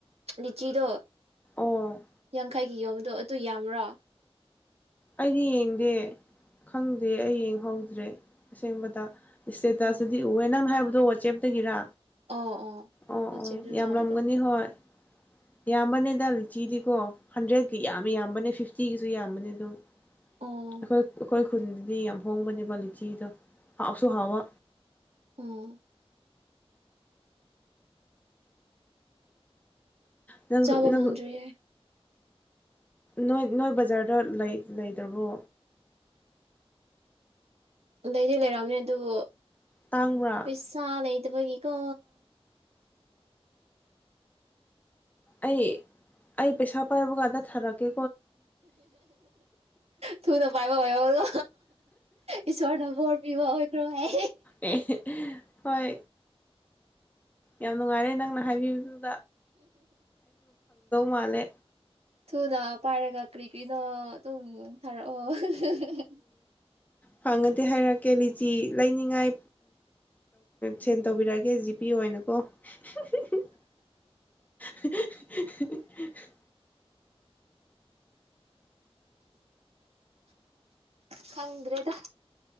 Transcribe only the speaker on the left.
ꯑꯣ
ꯑꯩꯗꯤ ꯌꯦꯡꯗꯦ ꯈꯪꯗꯦ ꯑꯩ ꯌꯦꯡꯍꯧꯗ꯭ꯔꯦ ꯑꯁꯦꯡꯕꯗ ꯏꯁꯇꯦꯇꯇꯗꯤ
ꯎꯑꯦ ꯅꯪꯅ ꯍꯥꯏꯕ ꯑꯗ ꯆꯦꯞꯇꯒꯤꯔꯥ
ꯑꯣ
ꯑꯣ
ꯌꯥꯝꯂꯝꯒꯅꯤ ꯍꯣꯏ ꯌꯥꯝꯕꯅꯤꯗꯆꯤꯗꯤ ꯀꯣ ꯍꯟꯗ꯭ꯔꯦꯗꯀꯤ ꯌꯥꯝꯃꯤ ꯌꯥꯝꯕꯅꯦ ꯐꯤꯐꯇꯤ ꯀꯤꯒꯁꯨ ꯌꯥꯝꯕꯅꯦ ꯑꯗꯨꯝ ꯑꯩꯈꯣꯏ
ꯑꯩꯈꯣꯏ ꯈꯨꯟꯗꯗꯤ ꯌꯥꯝ ꯍꯣꯡꯕꯅꯦꯕ ꯂꯤꯆꯤꯗꯣ ꯑꯁꯨꯣ ꯍꯥꯋꯥ
ꯅꯪ
ꯅꯪꯨ
ꯅꯣꯏ ꯅꯣꯏ ꯕꯖꯥꯔꯗ ꯂꯩꯇ꯭ꯔꯕꯣ
ꯇꯥꯡꯕ꯭ꯔꯥ
ꯑꯩ ꯑꯩ ꯄꯩꯁꯥ ꯄꯥꯏꯕ ꯀꯥꯟꯗ ꯊꯥꯔꯛꯀꯦ
ꯑꯦ ꯍꯣꯏ ꯌꯥꯝ ꯅꯨꯡꯉꯥꯏꯔꯦ ꯅꯪꯅ ꯍꯥꯏꯕꯤꯕꯗꯨ ꯃꯥꯜꯂꯦ
ꯐꯪꯉꯗꯤꯦ ꯍꯥꯏꯔꯛꯀꯦ ꯂꯤꯆꯤ ꯂꯩꯅꯤꯡꯉꯥꯏ ꯁꯦꯟ ꯇꯧꯕꯤꯔꯛꯑꯒꯦ ꯖꯤ ꯄꯤ ꯑꯣꯏꯅꯀꯣ ꯍꯨꯝ ꯍꯨꯝ ꯍꯨꯝ ꯍꯥ ꯍꯥꯍꯥ